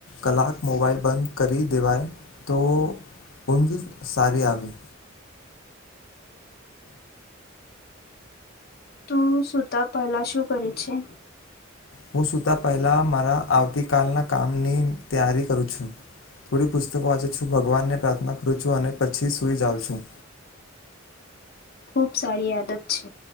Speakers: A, on the left; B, on the left.
A: કલાક મોબાઈલ બંધ કરી દેવાય, તો ઊંઘ સારી આવે.
B: તું સૂતા પહેલાં શું કરે છે?
A: હું સૂતાં પહેલાં, મારા આવતી કાલના કામની તૈયારી કરું છું. થોડી પુસ્તક વાંચું છું, ભગવાનને પ્રાર્થના કરું છું, અને પછી સુઈ જાઉં છું.
B: ખુબ સારી આદત છે,